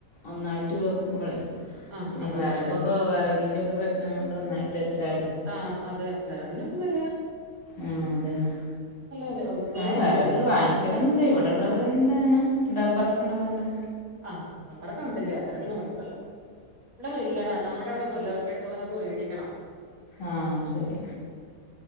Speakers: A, on the left; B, on the right.
A: ഒന്നായിട്ട് വെക്കുമ്പോളേ
B: ആ
A: പിന്നെ
B: അതാ
A: ഈ വിറകൊക്കെ
B: നല്ലേ
A: വിറകിന്റെ ഒക്കെ പ്രശ്നം കൊണ്ട് ഒന്നായിട്ട് വെച്ചാല്
B: ആ അതെ വിറകിനിപ്പം വെലയാ
A: ആ അതന്നെ
B: വില മേടിക്കല്ലേ
A: ആ് വറക്ക വാങ്ങിക്കലൊന്നല്ലേ ഇവിടെള്ളത് എന്താണ് ഡബറൊക്കെ ഇണ്ടാവോണ്ട്
B: ആഹമകളൊകെ ഉണ്ടില്ലേ അന്നേരം പിന്നെ കുഴപ്പമില്ല ഇവിടന്നും ഇല്ലട നമ്മൂടെ ഇവിടന്നും ഇല്ല ഒ കെട്ട് വിറക് മേടിക്കണം
A: ആഹ ശരി